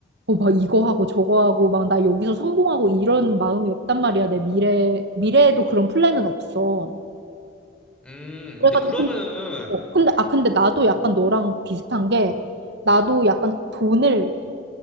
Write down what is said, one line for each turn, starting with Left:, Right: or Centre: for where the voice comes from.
Right: 어, 막 이거 하고 저거 하고 막 나 여기서 성공하고 이런 마음이 없단 말이야. 내 미래, 미래에도 그런 플랜은 없어.
Centre: 음,
Right: 그래가지고
Centre: 근데 그러면은,
Right: 근데, 어, 근데, 아, 근데 나도 약간 너랑 비슷한 게 나도 약간 돈을